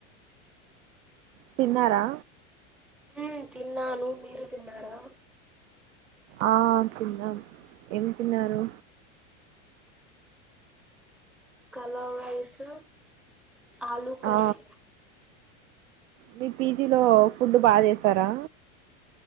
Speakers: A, on the right (about 75°); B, in the centre.
A: తిన్నారా
B: నేన్ తిన్నాను మీరు తిన్నారా
A: ఆ తిన్నం ఏం తిన్నారు
B: కలర్ రైస్ ఆలూ కర్రీ
A: ఆ మీ పిజిలో ఫుడు బా చేస్తారా